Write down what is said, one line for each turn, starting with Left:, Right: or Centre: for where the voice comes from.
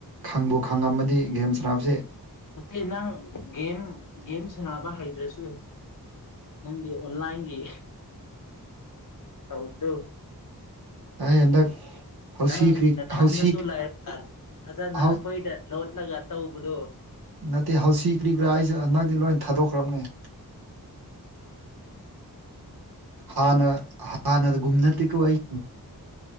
Right: ꯈꯪꯕꯨ ꯈꯪꯉꯝꯃꯗꯤ ꯒꯦꯝ ꯁꯥꯟꯅꯕꯁꯦ
Left: ꯅꯠꯇꯦ ꯅꯪ ꯒꯦꯝ ꯒꯦꯝ ꯁꯥꯟꯅꯕ ꯍꯩꯇ꯭ꯔꯁꯨ ꯅꯪꯒꯤ ꯑꯣꯟꯂꯥꯏꯟꯒꯤ ꯇꯧꯕꯗꯨ
Right: ꯑꯩ ꯍꯟꯗꯛ ꯍꯧꯁꯤ
Left: ꯅꯪ
Right: ꯀ꯭ꯔꯤ
Left: ꯅꯊꯟꯗꯁꯨ
Right: ꯍꯧꯁꯤ
Left: ꯂꯩꯔꯒ ꯐꯖꯅ
Right: ꯍꯧ
Left: ꯑꯩꯈꯣꯏꯗ ꯂꯣꯠꯂꯒ ꯇꯧꯕꯗꯣ
Right: ꯅꯠꯇꯦ ꯍꯥꯎꯁꯤ ꯒ꯭ꯔꯤꯒ꯭ꯔꯥ ꯑꯩꯁꯨ ꯍꯟꯗꯛꯇꯤ ꯂꯣꯏ ꯊꯥꯗꯣꯛꯈ꯭ꯔꯕꯅꯦ ꯍꯥꯟꯅ ꯍꯥꯟꯅꯒꯨꯝ ꯅꯠꯇꯦꯀꯣ ꯑꯩ